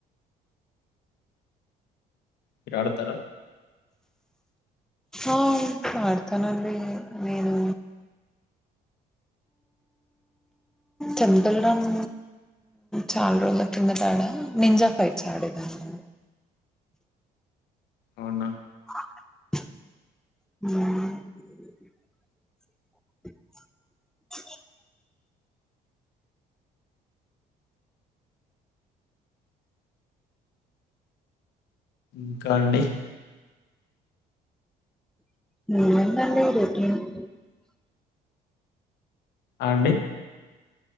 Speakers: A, on the left; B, in the centre.
A: మీరు ఆడుతారా
B: ఆ ఆడతానండి నేను టెంపుల్ రన్ చాలా రోజుల క్రిందట ఆడా నింజా ఫైట్స్ ఆడేదాన్ని
A: అవునా
B: ఉమ్
A: ఇంకా అండి
B: <unintelligible>
A: అండి